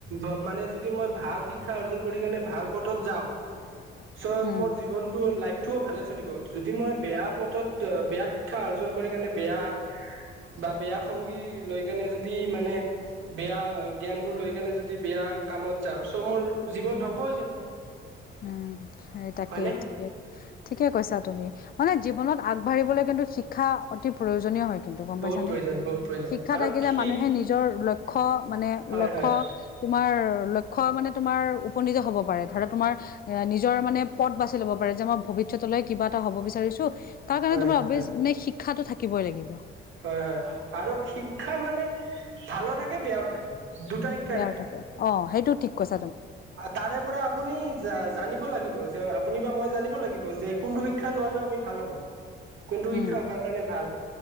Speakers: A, on the right; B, on the left.
A: বাম- মানে যদি মই ভাল শিক্ষা অৰ্জন কৰি কাৰণে ভাল পথত যাওঁ।
B: <inaudible>
A: চ
B: উম
A: মোৰ জীৱনটো লাইফটোও ভালে চলিব যদি মই বেয়া পথত বেয়া শিক্ষা অৰ্জন কৰি কাৰনে বেয়া বা বেয়া সংগী লৈ কেনে যদি মানে বেয়া জ্ঞানবোৰ লৈ কেনে যদি বেয়া কামত যাওঁ চ' মোৰ জীৱন ধ্বংস হৈ যাব।
B: উম সেই তাকে
A: হয়নে
B: ঠিকে ঠিকে কৈছা তুমি মানে জীৱনত আগবাঢ়িবলৈ কিন্তু শিক্ষা অতি প্ৰয়োজনীয় হয় কিন্তু গম
A: বহুত
B: পাইছানে?
A: প্ৰয়োজন বহুত প্ৰয়োজন
B: শিক্ষা
A: আৰু
B: থাকিলে মানুহে নিজৰ লক্ষ্য মানে
A: হয়
B: লক্ষ্য
A: হয়
B: তোমাৰ ল- খ মানে তোমাৰ উপনীত হব পাৰে ধৰা তোমাৰ নিজ- নিজৰ মানে পথ বাচি ল'ব পাৰে যে মই ভৱিষ্যতলৈ কিবা এ হব বিৰিছো তাৰ কাৰণে
A: হয়
B: এবিৱেছ তোমাৰ
A: হয় হয়
B: মানে শিক্ষ- শিক্ষাটো থাকিবই লাগিব।
A: হয় হয় আৰু শিক্ষা মানে ভালো থাকে বেয়াও থাকে। দুটা শিক্ষাই
B: বেয়াও থাকে অ সেইটো ঠিক কৈছ-
A: তাৰে পৰা আপুনি জানিব লাগিব। যে আপুনি বা মই জানিব লাগিব যে কোনটো শিক্ষা লোৱাটো আমি ভাল হব। কোনটো
B: উম
A: শিক্ষা আমাৰ কাৰণে ভাল